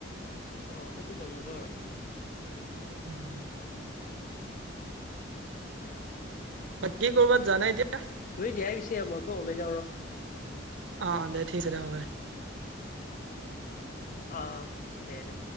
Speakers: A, on the left; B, on the right.
A: অ সেইটো গম নাপাওঁ আৰু
B: <unintelligible> বাকি কৰবাত যোৱা নাই এতিয়া?
A: <unintelligible> দেহাই পিছে মই গৌ ওলোই যাওঁ ৰ।
B: অ দে ঠিক আছে দে হব দে।
A: অ দে দে।